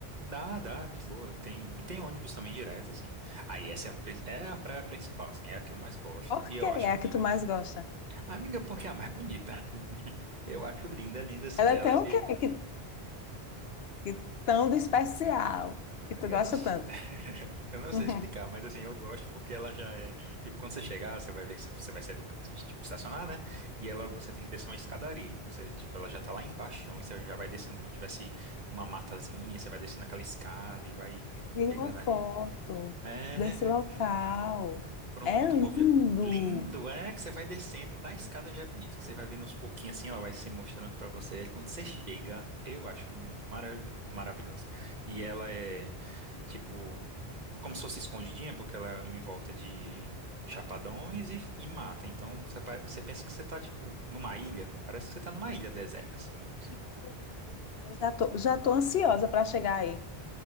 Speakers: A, on the right; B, on the left.
A: Dá, dá, de boa. Tem, e tem ônibus também direto, assim. Aí essa é a, prin- é a praia principal, assim, é a que eu mais gosto.
B: Por
A: E eu
B: quê?
A: acho,
B: É a que tu mais gosta.
A: amiga, porque é a mais bonita. Eu acho linda, linda, assim.
B: Ela
A: Dela
B: tem
A: é
B: o
A: meio
B: quê que, que tão de especial que tu
A: Eu
B: gosta
A: não, s-
B: tanto?
A: <laughs> eu não sei
B: <laughs>
A: explicar, mas assim, eu gosto porque ela já é. Tipo, quando você chegar, você vai ver que você você vai sair do ca- tipo, estacionar, né? E ela, você tem que descer uma escadaria. Você, tipo, ela já tá lá embaixo, e você já vai descendo como se tivesse uma matazinha, você vai descendo aquela escada e vai
B: Eu vi
A: chegando
B: uma foto
A: ali. É,
B: desse local.
A: pronto,
B: É lindo.
A: o povo já. Lindo, é que você vai descendo, na escada já é bonito, que você vai vendo aos pouquinhos assim, ela vai se mostrando pra você. Aí quando você chega, eu acho muito marav maravilhosa. E ela é, tipo como se fosse escondidinha, porque ela é em volta de chapadões e, e mata. Então você, pa- você pensa que você tá, tipo, numa ilha. Parece que você tá numa ilha deserta, assim.
B: Que coisa. Eu Já tô, já tô ansiosa para chegar aí.